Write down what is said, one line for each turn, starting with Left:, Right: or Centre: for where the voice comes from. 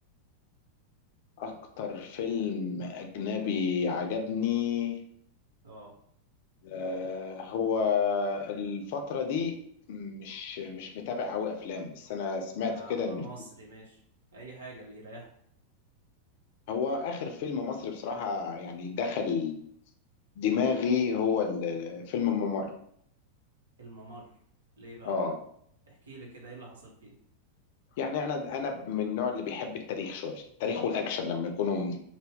Left: اكتر فيلم اجنبي عجبني
Right: اه
Left: آه، هو الفترة دي مش مش متابع قوي افلام بس انا سمعت
Right: يا عم
Left: كده ان
Right: مصري ماشي اي حاجه اللي يريحك
Left: هو اخر فيلم مصري بصراحة يعني دخل دماغي هو ال- فيلم الممر
Right: الممر ليه بقى
Left: اه
Right: احكي لي كده ايه اللي حصل فيه
Left: يعني انا انا من النوع اللي بيحب التاريخ شوية التاريخ والاكشن لما يكونوا